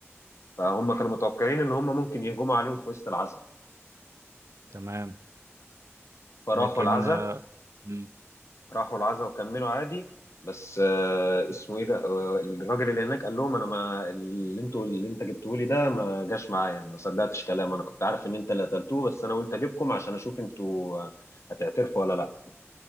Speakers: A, on the left; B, on the right.
A: فهم كانوا متوقعين ان هم ممكن يهجموا عليهم في وسط العزا
B: تمام
A: فراحوا
B: لكن
A: العزا
B: آه، مم.
A: راحوا العزا وكملوا عادي بس آه اسمه ايه ده آه الراجل اللي هناك قال لهم انا ما اللي انتوا اللي انت جبتوه لي ده ما جاش معايا ما صدقتش كلامه انا كنت عارف ان انت اللي قتلتوه بس انا قلت اجيبكم عشان اشوف انتوا آه، هتعترفوا ولا لا